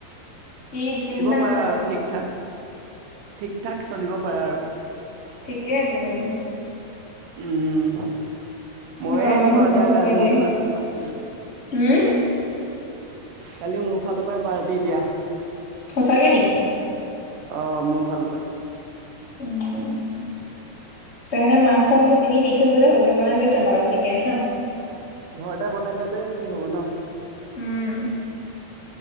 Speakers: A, on the left; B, on the right.
A: কি কিমান মান
B: পাৰা
A: পোৱা দৰমহা?
B: আৰু ঠিক ঠাক ঠিক ঠাক চলিব পাৰা আৰু
A: ঠিকে আছে তেনে।
B: উম ময়ে
A: ল'ৰা মানুহ
B: দিম আৰু
A: খৰচ
B: দিয়া কালি
A: লাগে
B: মোৰ ফালৰ পৰা পাৰ্টি।
A: হম
B: কালি মোৰ ফালৰ পৰা পাৰ্টি দিয়া।
A: সঁচাকে নেকি
B: অ' মোৰ ফালৰ পৰাই।
A: উম। তাৰমানে মাংস মোক কিনি দি থৈ গ'লে হ'ল, মই বনাই লৈ যাম আৰু চিকেন ন?
B: ঘৰতে বনাই নিয়াটোৱে ঠিক হ'ব ন?
A: উম।